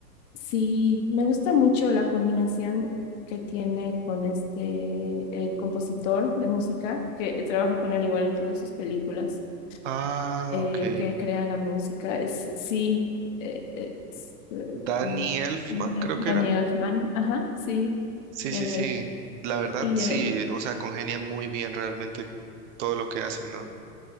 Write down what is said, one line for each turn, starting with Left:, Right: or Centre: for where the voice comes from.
Left: Sí, me gusta mucho la combinación que tiene con este, el compositor de música, que trabaja con él igual en todas sus películas,
Right: Ah,
Left: eh,
Right: ok.
Left: el que crea la música, es, sí, eh, eh, es, eh,
Right: Danny
Left: mm,
Right: Elfman, creo
Left: Daniel
Right: que era.
Left: Elfman, ajá, sí,
Right: Sí,
Left: él,
Right: sí, sí.
Left: él,
Right: La verdad,
Left: y
Right: sí,
Left: él,
Right: o sea, congenian muy bien realmente todo lo que hacen, ¿no?